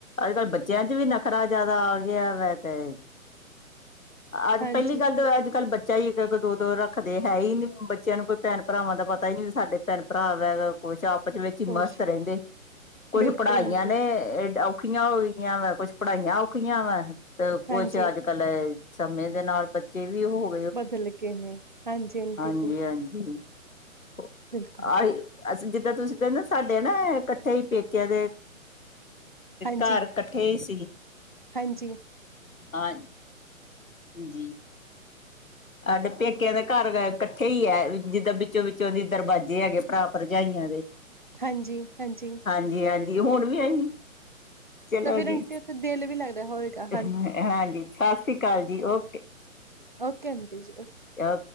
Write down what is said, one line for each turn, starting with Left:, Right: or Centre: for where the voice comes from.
Left: ਅੱਜ ਕਲ੍ਹ ਬੱਚਿਆਂ ਚ ਵੀ ਨਖਰਾ ਜਿਆਦਾ ਆ ਗਿਆ ਵੈ ਤੇ। ਅੱਜ
Right: ਹਾਂਜੀ
Left: ਪਹਿਲੀ ਗੱਲ ਤਾਂ ਅੱਜ ਕੱਲ ਬੱਚਾ ਹੀ ਇੱਕ-ਇੱਕ ਦੋ-ਦੋ ਰੱਖਦੇ ਹੈ ਹੀ ਨਹੀਂ। ਬੱਚਿਆਂ ਨੂੰ ਕੋਈ ਭੈਣ ਭਰਾਵਾਂ ਦਾ ਪਤਾ ਹੀ ਨੀ ਵੀ ਸਾਡੇ ਭੈਣ ਭਰਾ ਵੈ ਕੁਛ ਆਪਸ ਵਿੱਚ।
Right: ਖੁਸ਼
Left: ਮਸਤ ਰਹਿੰਦੇ
Right: ਹੈ
Left: ਕੁੱਛ
Right: ਬਿਲਕੁਲ
Left: ਪੜ੍ਹਾਈਆਂ
Right: ਆਂਟੀ
Left: ਨੇ ਔਖੀਆਂ ਓਹੀ ਵਾ ਕੁੱਛ ਪੜ੍ਹਾਈਆਂ ਔਖੀਆਂ ਵੇ ਤੇ ਕੁਛ
Right: ਹਾਂਜੀ
Left: ਅੱਜ ਕੱਲ। ਅੱਜ ਕੱਲ ਸਮੇਂ ਦੇ ਨਾਲ ਬੱਚੇ ਵੀ ਉਹ।
Right: ਬਦਲ ਗਏ ਨੇ ਹਾਂਜੀ। ਆਂਟੀ
Left: ਹਾਂਜੀ
Right: ਜੀ
Left: ਹਾਂਜੀ ਉਹ
Right: ਬਿਲਕੁਲ
Left: ਆਏ।
Right: ਠੀਕ,
Left: ਅਸੀਂ ਜਿੱਦਾਂ ਤੁਸੀਂ ਕਿੰਦੇ ਸਾਡੇ ਨਾ ਕੱਠੇ ਹੀ ਪੇਕਿਆਂ ਦੇ
Right: ਹਾਂਜੀ,
Left: ਘਰ ਕੱਠੇ। ਕਠੇ ਹੀ ਸੀ।
Right: ਹਾਂਜੀ।
Left: ਹਾਂ। ਜੀ। ਸਾਡੇ ਪੇਕਿਆਂ ਦੇ ਘਰ ਗਏ ਇਕੱਠੇ ਹੀ ਹੈ, ਜਿੱਦਾਂ ਵਿੱਚੋ-ਵਿੱਚੋਂ ਦੇ ਦਰਵਾਜ਼ੇ ਹੈਗੇ ਭਰਾ-ਭਰਜਾਈਆਂ ਦੇ।
Right: ਹਾਂਜੀ-ਹਾਂਜੀ।
Left: ਹਾਂਜੀ-ਹਾਂਜੀ, ਹਾਂਜੀ ਹੁਣ ਵੀ ਆਈ ਚਲੋ
Right: ਤਾਂ ਫੇਰ
Left: ਜੀ,
Right: ਆਂਟੀ ਉੱਥੇ ਦਿਲ ਵੀ ਲੱਗਦਾ ਹੋਏਗਾ
Left: ਹਾਂਜੀ ਸਤਿ ਸ੍ਰੀ ਅਕਾਲ ਜੀ ਓਕੇ।
Right: ਓਕੇ ਆਂਟੀ ਜੀ ਓ।
Left: ਅ